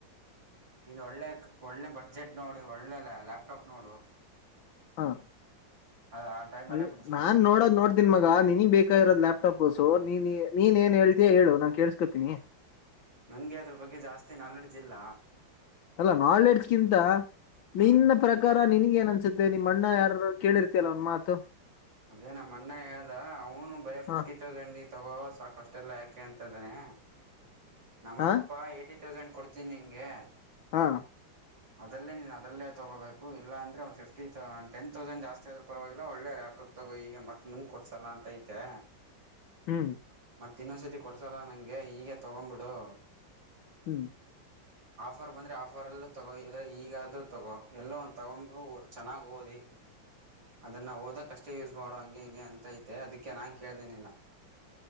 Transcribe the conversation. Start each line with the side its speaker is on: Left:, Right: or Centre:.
Right: ಇನ್ ಒಳ್ಳೆ ಒಳ್ಳೆ ಬಡ್ಜೆಟ್ ನೋಡಿ ಒಳ್ಳೆ ಲ್ಯಾಪ್ಟಾಪ್ ನೋಡು.
Left: ಹಾ
Right: ಆ ಟೈಮಲ್ಲೇ
Left: ಅದ
Right: ಬಿಡಿಸ್ಬಿಡೋಣ
Left: ನಾನ್ ನೋಡೋಡ್ ನೋಡ್ತೀನ್ ಮಗ ನಿನಗ್ ಬೇಕಾಗಿರೋದ ಲ್ಯಾಪ್ಟಾಪ್. ಸೊ ನೀನ್ ನೀನ್ ಏನ್ ಹೇಳ್ತಿಯ ಹೇಳು ನಾನ್ ಕೇಸ್ಕೋತೀನಿ.
Right: ನಂಗೆ ಅದ್ರ ಬಗ್ಗೆ ಜಾಸ್ತಿ ನಾಲ್ಡ್ಜ್ ಇಲ್ಲ.
Left: ಅಲ್ಲಾ ನಾಲ್ಡ್ಜ್ಇಂತ
Right: ಹಾಂ
Left: ನಿನ್ನ ಪ್ರಕಾರ ನಿನಿಗೆ ಏನ. <unintelligible> ನಿಮ್ಮ ಅಣ್ಣ ಯಾರ ಕೇಳಿರ್ತಲ್ಲ ಒಂದ್ ಮಾತು.
Right: ಅದೇ ನಮ್ಮ ಅಣ್ಣ ಹೇಳ್ದ ಅವನು ಬರೇ ಫಿಫ್ಟಿ
Left: ಹ
Right: ತೌಸಂಡ್ ತಗೋ. ಸಾಕ ಅಷ್ಟೆಲ್ಲ ಯಾಕೆ ಅಂತ್ದಾನನೆ. ನಮ್ಮಪ್ಪ
Left: ಹ
Right: ತೌಸಂಡ್ ಕೊಡ್ತೀನಿ ನಿಂಗೆ.
Left: ಹಾ
Right: ಅದಲ್ಲೇ ನೀ ಅದಲ್ಲೇ ತಗೋಬೇಕು ಇಲ್ಲ ಅಂದರೆ ಒಂದು ಫಿಫ್ಟಿ ತ ಒಂದು ಟೆನ್ ತೌಸಂಡ್ ಜಾಸ್ತಿ ಆದರೂ ಪರವಾಗಿಲ್ಲ ಒಳ್ಳೆ ಲ್ಯಾಪ್ಟಾಪ್ ತಗೋ ಈಗ ಮತ್ತೆ ಮುಂದೆ ಕೊಡ್ಸಲ್ಲ ಅಂತಿತೆ.
Left: ಹ್ಮ್
Right: ಮತ್ತೆ ಇನ್ನೊಂದ್ಸತಿ ಕೊಡ್ಸಾರ ನಂಗೆ. ಗೆ ಈಗ ತಗ್ಂಬಿಟ್ಟು. <unintelligible>
Left: ಹ್ಮ್
Right: ಆಫರ್ ಬಂದರೆ ಆಫರಲ್ಲೂ ತಗೋ ಇದರೆ ಈಗಾದರೂ ತಗೋ ಎಲ್ಲೋ ಒಂದು ತಗೊಂಡು ಚೆನ್ನಾಗಿ ಓದಿ ಅದನ್ನು ಓದಕ್ಕೆ ಅಷ್ಟೇ ಯೂಸ್ ಮಾಡೋ ಹಂಗೆ ಹಿಂಗೆ ಅಂತೈತೆ ಅದಕ್ಕೆ ನಾನು ಕೇಳ್ದೀನಿನ್ನು.